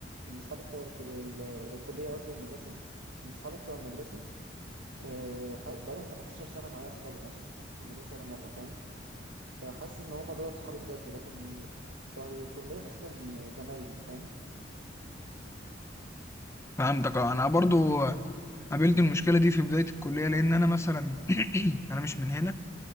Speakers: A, on the right; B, on the left.
A: ان صحابي بتوع الكل- ال- الكلية قصدي والمدرسة ان صحابي بتوع المدرسة آه، ح- بقالهم 15 سنة معايا أصحابي يعني أنا عشان أنا ما غيرتش المدرسة ولا مرة فاهم فحاسس إن هما دولت صحابي بجد لكن بتوع الكلية حاسسهم زمايلي فاهم
B: فهمتك اه انا برضو قابلت المشكله دي في بدايه الكليه لان انا مثلا <clears throat> انا مش من هنا